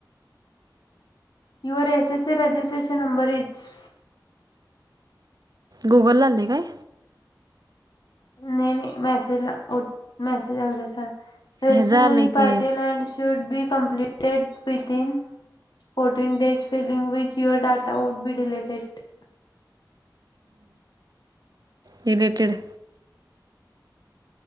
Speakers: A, on the left (about 75°); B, on the right (about 60°).
A: your SSC registration number is
B: गुगललाले काय
A: नाही नाही मॅसेज ला ओ मॅसेज <unintelligible> फ्रेशर्स
B: हे झालंय
A: party
B: की
A: land <unintelligible> should be completed within fourteen days feeling which your data would be deleted.
B: Deleted